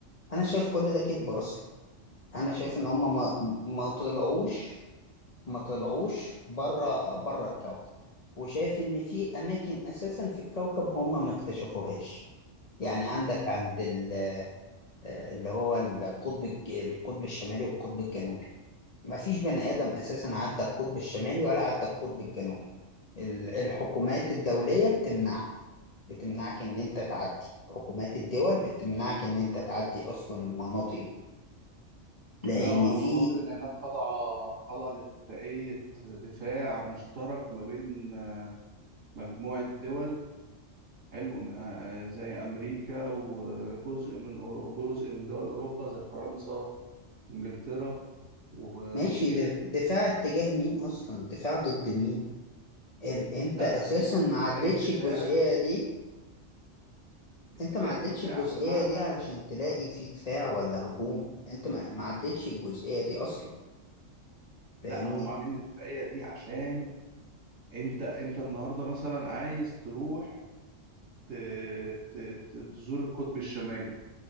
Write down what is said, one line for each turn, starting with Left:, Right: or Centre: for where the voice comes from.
Left: انا شايف كل ده كذب
Right: مم.
Left: اصلا انا شايف ان هم ما, ما طلعوش ما طلعوش بره بره الكوكب وشايف ان في اماكن اساسا في الكوكب هم ما اكتشفوهاش يعني عندك عند ال- اللي هو القطب الج- القطب الشمالي والقطب الجنوبي ما فيش بني ادم اساسا عدى القطب الشمالي ولا عدى القطب الجنوبي ال- الحكومات الدولية بتمنع بتمنعك ان انت تعدي حكومات الدول بتمنعك ان انت تعدي اصلا المناطق دي لان
Right: لا هو
Left: في
Right: المناطق اللي هناك خاضعة خاضعة لاتفاقية دفاع مشترك ما بين مجموعة دول حلو آه، آه، زي أمريكا وجزء من أورو- جزء من دول أوروبا زي فرنسا انجلترا وروسيا
Left: ماشي د- دفاع اتجاه مين اصلا دفاع ضد مين ال... انت
Right: لا
Left: اساسا
Right: دي اتفاقيه
Left: ما عدتش
Right: دفاع
Left: الجزئية دي
Right: اتفاقيه
Left: انت ما عدتش
Right: دفاع
Left: الجزئية
Right: بمعنى
Left: دي علشان تلاقي في دفاع ولا هجوم انت ما ما عدتش الجزئية دي اصلا فاهمني
Right: لا هم عاملين الاتفاقيه دي عشان انت انت النهارده مثلا عايز تروح ت... ت... ت... تزور القطب الشمالي